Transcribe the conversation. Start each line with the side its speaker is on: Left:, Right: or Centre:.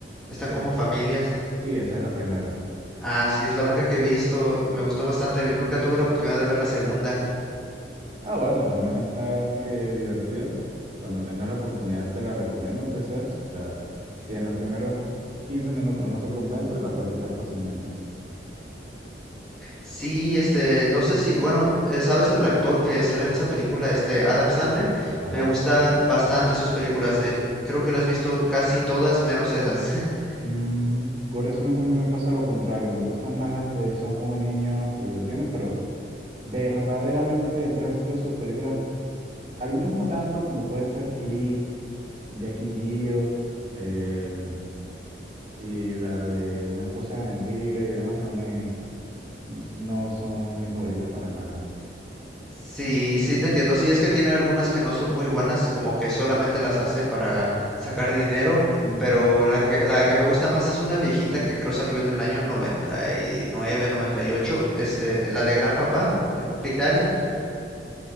Centre: Están
Right: Eh,
Centre: como familias.
Right: sí, esa es la primera.
Centre: Ah, sí, es la única que he visto, me gustó bastante, yo nunca tuve la oportunidad de ver la segunda.
Right: Ah, bueno, también está eh, divertida. Cuando tengas la oportunidad te la recomiendo, aunque sea. O sea, si en los primeros 15 minutos no te convence, la puedes quitar fácilmente.
Centre: Sí, este, no sé si, bueno, eh, ¿sabes el actor que sale en esa película, este, Adam Sandler?
Right: Ajá.
Centre: Me gusta bastante sus películas de él, creo que las has visto casi todas menos esas. <laughs>
Right: Mm, curiosamente a mí me pasa lo contrario. Me gustan más las de Son como niños y lo tienen, pero verdaderamente el resto de sus películas, algunas no tanto como puede ser Click, Jackie Jill, em, y la de Una esposa de mentira y demás no me, no son mis favoritas para nada.
Centre: Sí, sí, te entiendo, sí, es que tiene algunas que no son muy buenas, como que solamente las hace para sacar dinero,
Right: Ujú.
Centre: pero la que, la que me gusta más es una viejita que creo salió en el año noventa noventa y nueve, noventa y ocho. es eh, la de Gran Papá, de Big Daddy.